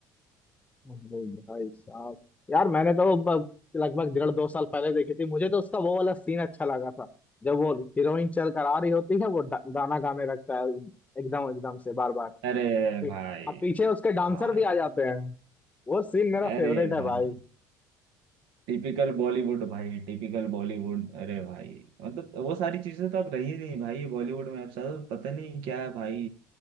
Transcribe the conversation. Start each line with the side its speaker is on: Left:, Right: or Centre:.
Left: अरे भाई साहब यार मैंने तो ब- लगभग डेढ़ दो साल पहले देखी थी मुझे तो उसका वो वाला सीन अच्छा लगा था जब वो हीरोइन चल कर आ रही होती है वो डा- गाना गाने लगता है एकदम एकदम से बार बार
Right: अरे
Left: पी-
Right: भाई
Left: अब पीछे उसके डांसर
Right: भाई
Left: भी आ जाते हैं वो सीन मेरा
Right: अरे
Left: फेवरेट है
Right: भाई
Left: भाई
Right: टिपिकल बॉलीवुड भाई टिपिकल बॉलीवुड अरे भाई मतलब वो सारी चीजें तो अब रही नहीं भाई बॉलीवुड में अब सर पता नहीं क्या है भाई